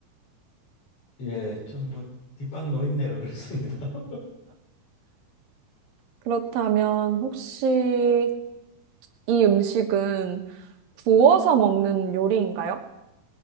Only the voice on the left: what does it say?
예, 좀 뭐, 뒷방 노인네로 그렇습니다. <laughs>